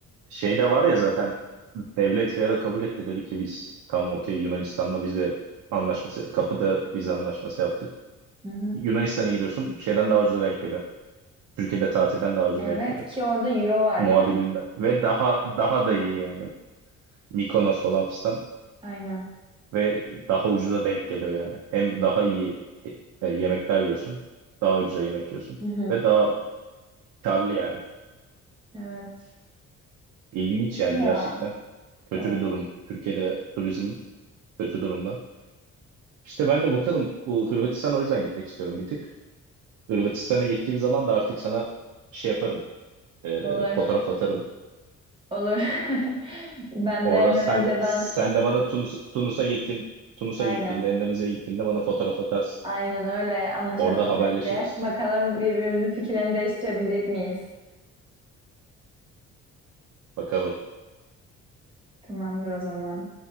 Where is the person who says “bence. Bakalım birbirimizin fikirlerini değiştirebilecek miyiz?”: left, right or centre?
Right